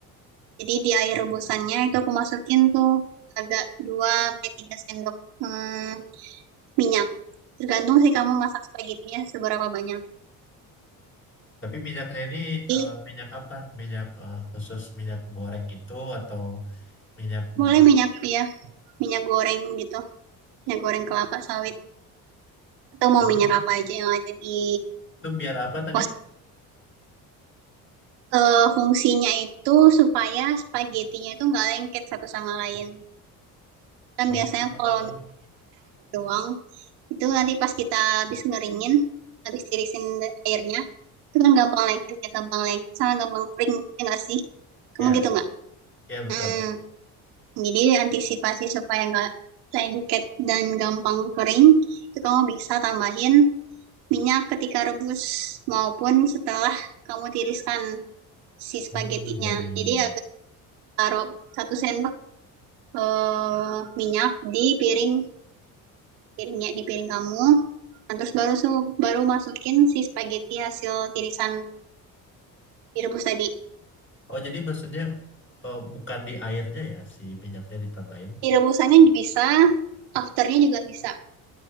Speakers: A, on the right; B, on the left.
A: jadi di air rebusannya itu aku masukin tuh agak 2 sampai 3 sendok hmm, minyak. Tergantung sih kamu masak spagetinya seberapa banyak.
B: Tapi minyaknya ini
A: Jadi
B: eh, minyak apa? Minyak eh, khusus minyak goreng itu atau minyak bunga?
A: boleh minyak ya, minyak goreng gitu, minyak goreng kelapa sawit. atau mau
B: Hmm,
A: minyak apa aja yang ada di
B: Itu biar apa tadi?
A: pos eh, fungsinya itu supaya spaghettinya itu nggak lengket satu sama lain kan
B: Oh,
A: biasanya kalau minyak doang itu nanti pas kita habis ngeringin habis tirisin airnya itu kan gampang lengket ya gampang lengket sama gampang kering ya nggak sih kamu
B: ya,
A: gitu nggak
B: ya betul.
A: hmm. jadi antisipasi supaya nggak lengket dan gampang kering itu kamu bisa tambahin minyak ketika rebus maupun setelah kamu tiriskan si spaghettinya.
B: Oh, ya, ya, ya,
A: Jadi
B: ya.
A: agak taruh satu sendok eh, minyak di piring piringnya di piring kamu. Nah, terus baru su- baru masukin si spaghetti hasil tirisan direbus tadi.
B: Oh, jadi maksudnya eh, bukan di airnya ya si minyaknya ditambahin.
A: Direbusannya bisa, afternya juga bisa.